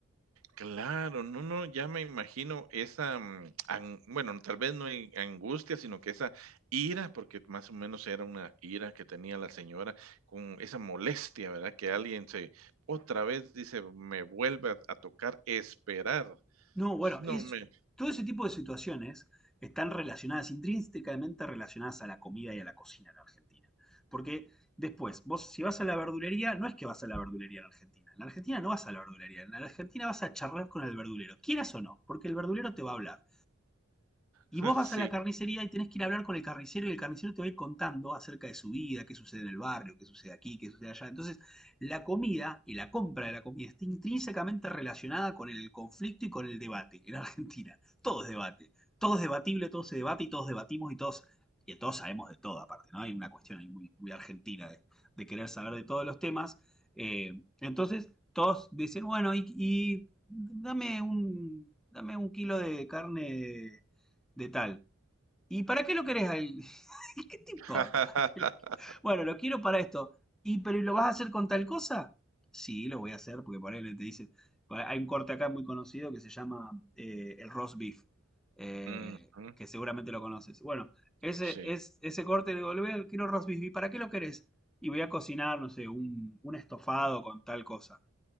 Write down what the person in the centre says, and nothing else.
No, bueno,
es,
todo ese tipo de situaciones están relacionadas, intrínsecamente relacionadas a la comida y a la cocina en Argentina. Porque después, vos si vas a la verdulería, no es que vas a la verdulería en Argentina. En la Argentina no vas a la verdulería. En la Argentina vas a charlar con el verdulero, quieras o no, porque el verdulero te va a hablar. Y
vos vas
a la carnicería y tenés que ir a hablar con el carnicero y el carnicero te va a ir contando acerca de su vida, qué sucede en el barrio, qué sucede aquí, qué sucede allá. Entonces, la comida y la compra de la comida está intrínsecamente relacionada con el conflicto y con el debate en Argentina. Todo es debate. Todo es debatible, todo se debate y todos debatimos y todos, y todos sabemos de todo aparte, ¿no? Hay una cuestión ahí muy, muy argentina de, de querer saber de todos los temas. Eh, entonces, todos dicen, bueno, y, y dame, un, dame un kilo de carne de tal. ¿Y para qué lo querés? <laughs> al- ¿Qué te importa?
¿Para qué lo quieres? Bueno, lo quiero para esto. ¿Y pero lo vas a hacer con tal cosa? Sí, lo voy a hacer porque por ahí te dicen, hay un corte acá muy conocido que se llama eh, el roast beef, eh,
que seguramente lo conoces. Bueno, ese,
es, ese corte de volver, quiero roast beef, ¿y para qué lo querés? Y voy a cocinar, no sé, un, un estofado con tal cosa.